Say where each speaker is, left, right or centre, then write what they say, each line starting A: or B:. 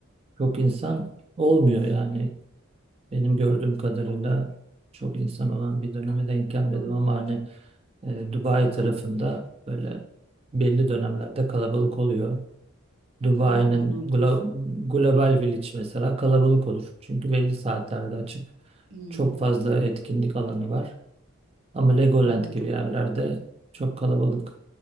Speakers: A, on the right; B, on the right.
A: çok insan olmuyor yani benim gördüğüm kadarıyla çok insan olan bir döneme denk gelmedim
B: Hı hı.
A: ama hani e, Dubai tarafında böyle belli dönemlerde kalabalık oluyor. Dubai'nin
B: Dönem dönem
A: glo-
B: diyorsun.
A: Global Village mesela kalabalık olur. Çünkü belli saatlerde açık.
B: Hmm,
A: Çok fazla etkinlik alanı var. Ama Legoland
B: anladım.
A: gibi yerlerde çok kalabalık